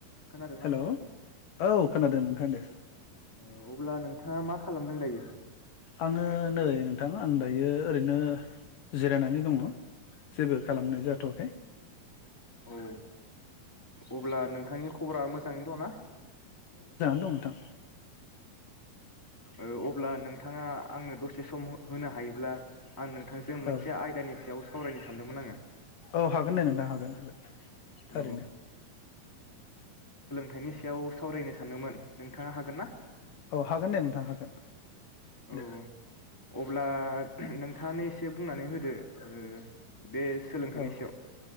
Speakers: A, in the centre; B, on the left.
A: <inaudible> खोनादोंना
B: हेलौ
A: नोंथां।
B: औ खोनादों नोंथाङा दे।
A: औ अब्ला नोंथाङा मा खालामदों दायो।
B: आङो नै नोंथां आं दायो ओरैनो जिरायनानै दङ जेबो खालामनाय
A: औ
B: जाथ'वाखै
A: औ। अब्ला नोंथांनि खबरा मोजाङैनो दं ना
B: दंथां।
A: अब्ला नों। नोंथाङा आंनो दसे सम होनो हायोब्ला। आं नोंथांजों मोनसे
B: औ
A: आयदानि सायाव स सावरायनो सानदोंमोन आङो।
B: औ हागोन दे नोंथां हागोन हागोन
A: औ
B: थारैनो।
A: बिनि सायाव सावरायनो सानदोंमोन नोंथाङा हाग हागोन ना
B: औ हागोन दे नोंथां हागोन दे
A: औ अब्ला नोंथांनि एसे बुंनानै होदो ओ बे सोलोंथाइनि
B: औ
A: सायाव